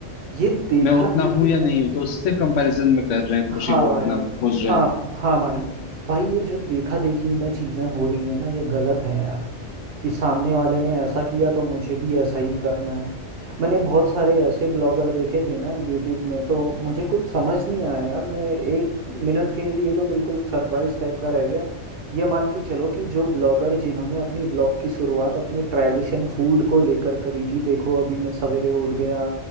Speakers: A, on the right; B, on the left.
A: ये देखा
B: मैं उतना
A: देखी
B: हूं या नहीं
A: है
B: हूं तो उससे कंपैरिजन में कर रहे हैं
A: हाँ
B: खुशी को
A: भाई
B: अपना खोज रहे
A: हाँ
B: हैं
A: हाँ भाई भाई ये जो देखा देखी में चीजें हो रही है ना ये गलत है यार कि सामने वाले ने ऐसा किया तो मुझे भी ऐसा ही करना है मैंने बहुत सारे ऐसे ब्लॉगर देखे थे ना यूट्यूब में तो मुझे कुछ समझ नहीं आया यार मैं एक मिनट के लिए तो बिल्कुल सरप्राइज टाइप का रह गया ये मान के चलो कि जो ब्लॉगर जिन्होंने अपनी ब्लॉग की शुरुआत अपने ट्रेडिशन फूड को लेकर करी थी देखो अभी मैं सवेरे उठ गया